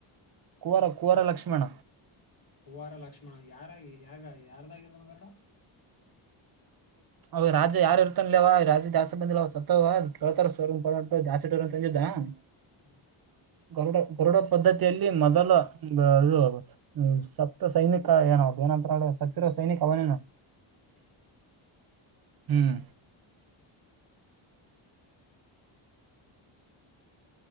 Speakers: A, on the right; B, on the left.
A: ಕುವರ ಕುವರ ಲಕ್ಷ್ಮಣ.
B: ಕುವಾರ ಲಕ್ಷ್ಮಣ ಯಾರ ಯಾರ ಯಾರ್ದಾಗಿರ್ದಂಗಲ್ಲ
A: ಅವ ರಾಜ ಯಾರ ಇರ್ತನ್ಲೆ ಅವ ರಾಜ ಜಾಸ್ತಿ ಬಂದಿಲ್ಲ ಅವ ಸತ್ತವ ಕೇಳ್ತಾರ ಸೋ ಜಾಸ್ತಿ <unintelligible> <unintelligible>
B: ಹ್ಮ್
A: <inaudible> ಗರುಡ ಗರುಡ ಪದ್ಧತಿಯಲ್ಲಿ ಮೊದಲ ಅದು ಸತ್ತ ಸೈನಿಕ ಏನ್ <unintelligible> ನಂತರ ಸತ್ತಿರ ಸೈನಿಕ ಅವನೇನ.
B: ಹ್ಮ್
A: ಹ್ಮ್